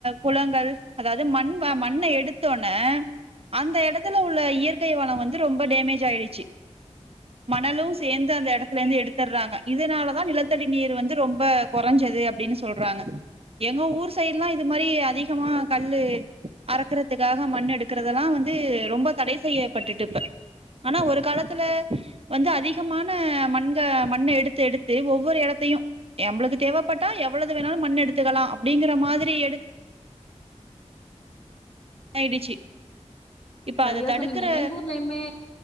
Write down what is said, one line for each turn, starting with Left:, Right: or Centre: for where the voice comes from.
Right: குளங்கள் அதாவது மண் மண்ண எடுத்தோனே அந்த இடத்துல உள்ள இயற்கை வளோ வந்து ரொம்ப டேமேஜ் ஆயிடுச்சு மணலு சேர்ந்து அந்த இடத்துல இருந்து எடுத்துறாங்க இதனாலதா நிலத்தடி நீர் வந்து ரொம்ப கொறஞ்சது அப்டின்னு சொல்றாங்க எங்க ஊர் சைடுலா இது மாரி அதிகமா கல்லு அறக்குறதுக்காக மண் எடுக்கறதெல்லா வந்து ரொம்ப தடை செய்யப்பட்டுட்டு இப்ப ஆனா ஒரு காலத்துல வந்து அதிகமான மண்க மண்ண எடுத்து எடுத்து ஒவ்வொரு இடத்தயு எமளுக்கு தேவைப்பட்டா எவ்வளது வேணாலு மண் எடுத்துக்கலா அப்டிங்கற மாதிரி எடுத் ஆயிடுச்சு இப்ப
Left: சரியா
Right: அத தடுக்கற
Left: சொன்னீங்க எங்க ஊர்லயுமே